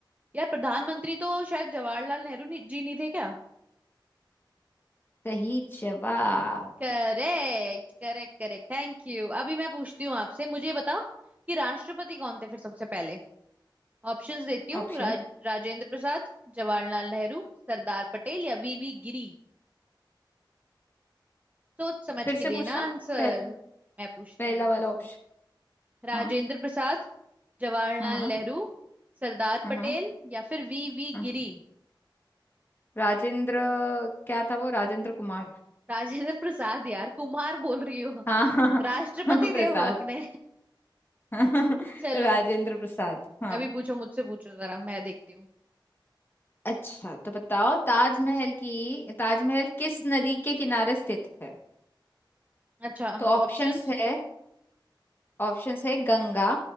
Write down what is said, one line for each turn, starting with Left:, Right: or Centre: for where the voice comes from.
Right: यार प्रधानमंत्री तो शायद जवाहरलाल नेहरू नहीं- जी नहीं थे क्या
Left: सही जवाब
Right: Correct correct correct thank you अभी मैं पूछती हूँ आपसे मुझे ये बताओ कि राष्ट्रपति कौन थे फिर सबसे पहले ऑप्शंस देती हूँ
Left: ऑप्शन
Right: राज, राजेंद्र प्रसाद जवाहरलाल नेहरू सरदार पटेल या वीवी गिरी सोच समझ
Left: फिर
Right: के
Left: से
Right: देना
Left: पूछना
Right: आंसर
Left: पहला
Right: मैं पूछती
Left: पहला
Right: हूँ अभी पूछती
Left: वाला ऑप्शन
Right: हूँ राजेंद्र
Left: हाँ
Right: प्रसाद जवाहरलाल
Left: हाँ
Right: नेहरू सरदार
Left: हाँ
Right: पटेल
Left: हाँ
Right: या फिर वीवी
Left: हाँ।
Right: गिरी
Left: राजेंद्र क्या था वो राजेंद्र कुमार
Right: राजेंद्र प्रसाद यार कुमार बोल रही हो
Left: हाँ <laughs>
Right: राष्ट्रपति
Left: हाँ
Right: देव
Left: प्रसाद
Right: हो अपने
Left: <laughs>
Right: <laughs> चलो
Left: राजेंद्र प्रसाद हाँ
Right: अभी पूछो मुझसे पूछो जरा मैं देखती हूँ
Left: अच्छा तो बताओ ताजमहल की ताजमहल किस नदी के किनारे स्थित है
Right: अच्छा
Left: तो ऑप्शंस
Right: ऑप्शंस
Left: है ऑप्शंस है गंगा